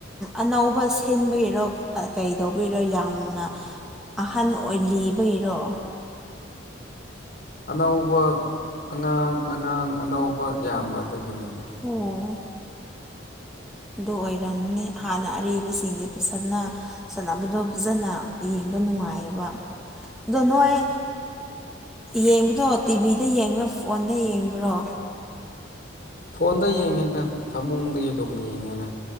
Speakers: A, in the centre; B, on the left.
A: ꯑꯅꯧꯕ ꯁꯤꯟꯕꯤꯔꯣ ꯀꯩꯗꯧꯕꯔꯣ ꯌꯥꯝꯅ꯫ ꯑꯍꯟ ꯑꯣꯏ ꯂꯤꯕꯩꯔꯣ꯫
B: ꯑꯅꯧꯕ ꯑꯉꯥꯡ ꯑꯉꯥꯡ ꯑꯅꯧꯕ ꯌꯥꯝꯕ ꯑꯗꯨꯒꯤꯅꯤꯅꯦ꯫
A: ꯑꯣ꯫ ꯑꯗꯨ ꯑꯣꯏꯔꯝꯝꯕꯅꯦ ꯍꯥꯟꯅ ꯑꯔꯕꯁꯤꯡꯗꯤ ꯁꯥꯟꯅꯕꯗꯣ ꯐꯖꯅ ꯌꯦꯡ꯫ ꯅꯨꯡꯉꯥꯏꯌꯦꯕ ꯑꯗꯣ ꯅꯣꯏ꯫ ꯌꯦꯡꯕꯗꯣ ꯇꯤꯚꯤꯗ ꯌꯦꯡꯕ꯭ꯔꯥ ꯐꯣꯟꯗ ꯌꯦꯡꯕ꯭ꯔꯣ꯫
B: ꯐꯣꯟꯗ ꯌꯦꯡꯉꯦꯅ ꯐꯃꯨꯡꯗꯒꯤ ꯑꯗꯨꯝ ꯌꯦꯡꯉꯦꯅ꯫